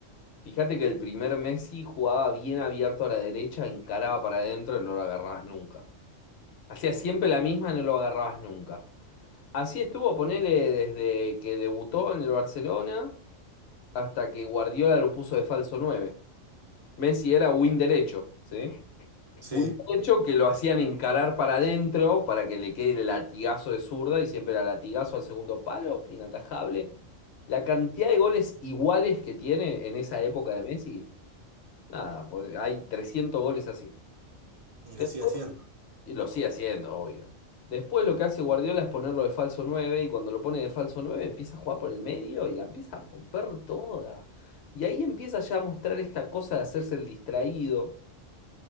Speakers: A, on the left; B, on the right.
A: fíjate que el primer Messi jugaba bien abierto a la derecha, encaraba para adentro y no lo agarrabas nunca. Hacía siempre la misma y no lo agarrabas nunca. Así estuvo, ponele desde que debutó en el Barcelona hasta que Guardiola lo puso de falso 9. Messi era win derecho, ¿sí?
B: Sí,
A: Hubiera hecho que lo hacían encarar para adentro para que le quede el latigazo de zurda y siempre era latigazo al segundo palo, inatajable. La cantidad de goles iguales que tiene en esa época de Messi, nada, po- hay 300 goles así.
B: y lo
A: De-
B: sigue haciendo.
A: Y lo sigue haciendo, obvio. Después lo que hace Guardiola es ponerlo de falso 9 y cuando lo pone de falso 9 empieza a jugar por el medio y la empieza a romper toda. Y ahí empieza ya a mostrar esta cosa de hacerse el distraído.